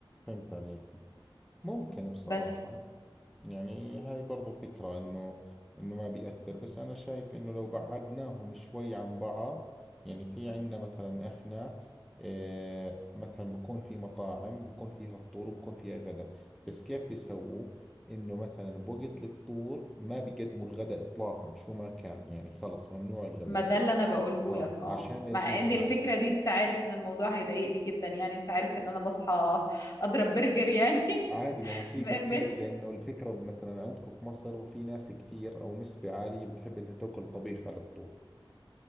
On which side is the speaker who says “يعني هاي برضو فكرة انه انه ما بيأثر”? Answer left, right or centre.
Centre